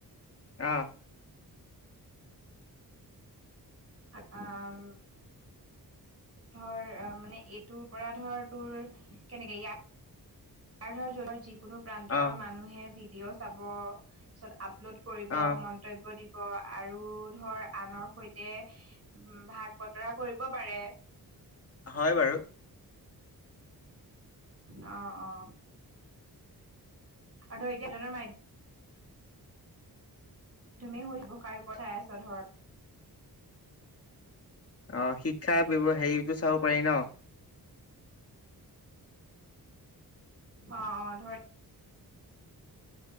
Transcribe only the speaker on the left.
অ'।
অ
অ
হয়, বাৰু।
অ', শিক্ষা হেৰিটো চাব পাৰি ন'?